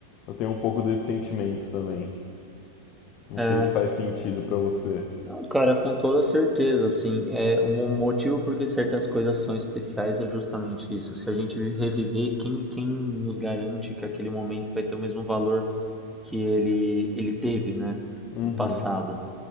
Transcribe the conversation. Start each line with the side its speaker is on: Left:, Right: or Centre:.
Left: Eu tenho um pouco desse sentimento também. Não
Centre: É,
Left: sei se faz sentido pra você.
Centre: Não, cara, com toda certeza, assim, é o mo- motivo porque certas coisas são especiais é justamente isso. Se a gente reviver, quem, quem nos garante que aquele momento vai ter o mesmo valor que ele, ele teve, né,
Left: Uhum,
Centre: no passado?